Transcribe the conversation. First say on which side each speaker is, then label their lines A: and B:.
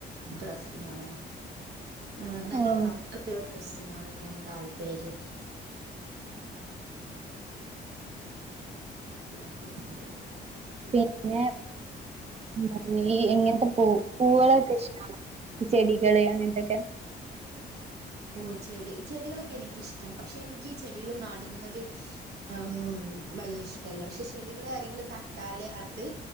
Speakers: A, on the right; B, on the right.
A: ഡ്രസ്സിനോടാണ് ആഹ് നല്ലാ
B: ഓഹ്
A: വർക്ക് ഒള്ളാ ഡ്രസ്സിനോടൊക്ക്യയാണ് താല്പര്യം <unintelligible>
B: പിന്നെ ഈ <unintelligible> ഇങ്ങാനത്തെ പൂ പൂവാളൊക്കെ ഇഷ്ടണാ ചെടികള് അങ്ങനത്തൊക്കെ
A: <unintelligible> ഓ ചെടി ചെടികളൊക്കെ എനിക്ക് ഇഷ്ടാണ് പശേ എനിക്ക് ഈ ചെടികള് നട്ന്നത് ആഹ് ഒന്നും വല്ല്യായ ഇഷ്ടല്ലാ പശേ ചെടികള് ആരാങ്കിലും നട്ടാലേ അത്